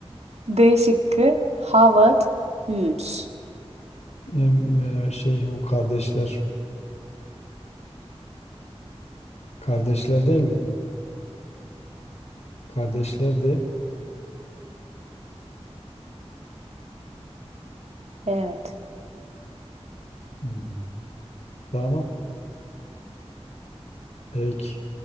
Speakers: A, on the right; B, on the left.
A: D şıkkı Howard Hughes.
B: Em, e, Şey o kardeşler. Kardeşler değil mi? Kardeşler de.
A: Evet.
B: Hı. Tamam. Peki.